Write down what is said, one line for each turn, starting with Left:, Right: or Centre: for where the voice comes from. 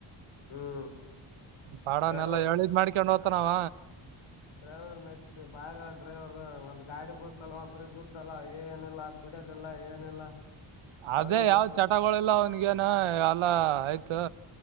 Left: ಹ್ಮ್
Right: ಪಾಡನೆೆಲ್ಲಾ
Left: ಡ್ರೈವರ್
Right: ಹೇಳಿದ್ ಮಾಡ್ಕಂಡೆ ಹ್ತೊನಾವ
Left: ಡ್ರೈವರ್ ನೆಚ್ಚ ಬಾರಿ ಆನ್ ಡೈವರ್ ಒಂದ್ ಗಾಡಿ ಬುಳಸಲ್ ಒಬ್ರಿಗೆ ಗೊದಲ್ಲ ಏನಿಲ್ಲ ಕುಡ್ಯದಿಲ್ಲ ಏನಿಲ್ಲ
Right: ಅದೇ
Left: ಅವನಿಗೆ
Right: ಯಾವ್ ಚಟಗೊಳಿಲ್ಲ ಅವನಗೇನ ಎಲ್ಲಾ ಆಯ್ತು